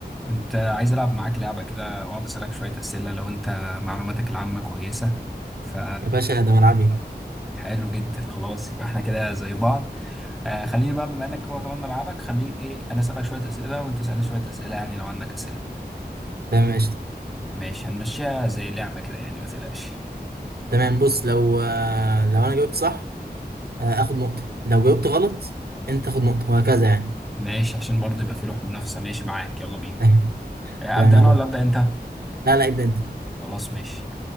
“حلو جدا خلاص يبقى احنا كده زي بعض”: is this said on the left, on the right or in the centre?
Centre